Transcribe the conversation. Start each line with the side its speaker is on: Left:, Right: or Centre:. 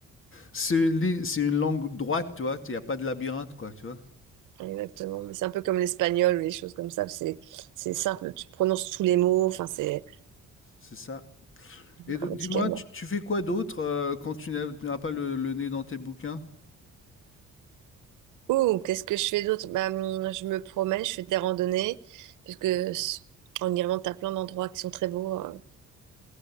Left: C'est une, li- c'est une langue droite, tu vois. Il n'y a pas de labyrinthe, quoi, tu vois.
Right: exactement. Mais c'est un peu comme l'espagnol ou les choses comme ça. C'est, c'est simple. Tu prononces tous les mots. Enfin, c'est
Left: C'est ça. Et
Right: grammaticalement.
Left: donc, dis-moi, tu, tu fais quoi d'autre euh, quand tu n'as tu n'as pas le, le nez dans tes bouquins?
Right: Ouh, qu'est-ce que je fais d'autre? Bah, hum, je me promène, je fais des randonnées. Parce que s- en Irlande, t'as plein d'endroits qui sont très beaux. euh.